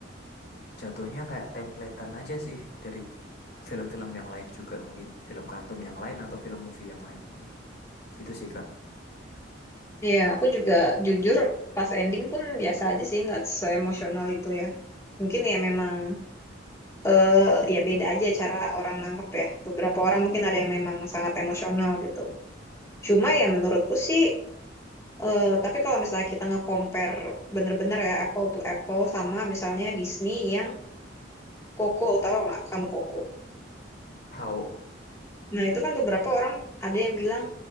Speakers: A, on the left; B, on the left.
A: jatuhnya kayak templatean aja sih dari film-film yang lain juga mungkin film kartun yang lain atau film movie yang lain gitu gitu sih kak
B: Iya, aku juga jujur pas ending pun biasa aja sih, nggak seemosional itu ya. Mungkin ya memang eh ya beda aja cara orang nangkep ya. Beberapa orang mungkin ada yang memang sangat emosional gitu. Cuma ya menurutku sih, eh tapi kalau misalnya kita nge-compare bener-bener ya apple to apple sama misalnya Disney yang Coco, tahu nggak kamu Coco?
A: tahu
B: Nah, itu kan beberapa orang ada yang bilang,